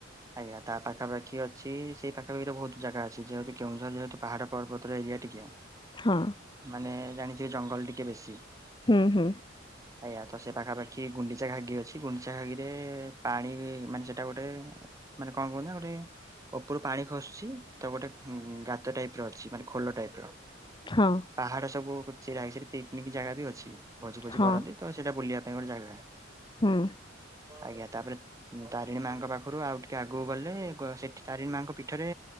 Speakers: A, on the right; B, on the left.
A: ଆଜ୍ଞା ତା ପାଖାପାଖି ଅଛି ସେଇ ପାଖାପଖିରେ ବହୁତ୍ ଜାଗା ଅଛି ଯେହେତୁ କେଉଁଝର ଯେହେତୁ ପାହାଡ଼ ପର୍ବତର ଏରିଆ ଟିକେ।
B: ହଁ।
A: ମାନେ ଜାଣିଚ ଜଙ୍ଗଲ ଟିକେ ବେଶୀ।
B: ହୁଁ ହୁଁ।
A: <inaudible> ଆଜ୍ଞା ତ ସେ ପାଖାପାଖି ଗୁଣ୍ଡିଚା ଘାଗି ଅଛି ଗୁଣ୍ଡିଚା ଘାଇରେ ପାଣି ବି ମାନେ ସେଟା ଗୋଟେ- ମାନେ କଣ କହୁନ୍ତିନା ଗୋଟେ- ଉପରୁ ପାଣି ଖସୁଛି ତ ଗୋଟେ ଗାତ ଟାଇପ୍ ର ଅଛି ମାନେ ଖୋଲ ଟାଇପ୍ ର।
B: ହଁ।
A: ପାହାଡ଼ ସବୁ ଚିରା ହେଇଛି ପିକି୍ନିକ୍ ଜାଗା ବି ଅଛି ଭୋଜି ଫୋଜି
B: ହଁ
A: କରନ୍ତି ତ ସେଇଟା ବୁଲିବା ପାଇଁ ଗୋଟେ ଜାଗା।
B: ହୁଁ
A: ଆଜ୍ଞା ତାପରେ ତାରିଣୀ ମାଆଙ୍କ ପାଖରୁ ଆଉି ଟି- କେ ଆଗକୁ ଗଲେ ସେଠି ତାରିଣୀ ମା ଙ୍କ ପୀଠରେ